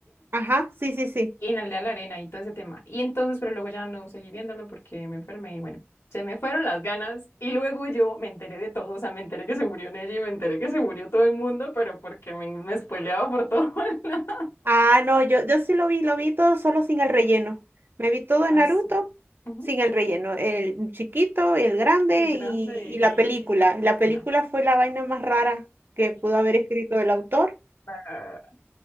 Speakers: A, on the right; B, on the left.
A: ajá, sí, sí, sí.
B: Y en la aldea de la arena y todo ese tema. Y entonces, pero luego ya no seguí viéndolo porque me enfermé y bueno, se me fueron las ganas. Y luego yo me enteré de todo, o sea, me enteré que se murió Nelly, me enteré que se murió todo el mundo, pero porque me, me spoileaba por todo. <laughs> lado.
A: Ah, no, yo, yo sí lo vi, lo vi todo solo sin el relleno. Me vi todo en
B: Ah,
A: Naruto
B: sí. Ujú.
A: sin el relleno. El chiquito, el grande
B: El grande
A: y, y
B: y,
A: la película. La película
B: y ya.
A: fue la vaina más rara que pudo haber escrito el autor.
B: Ah,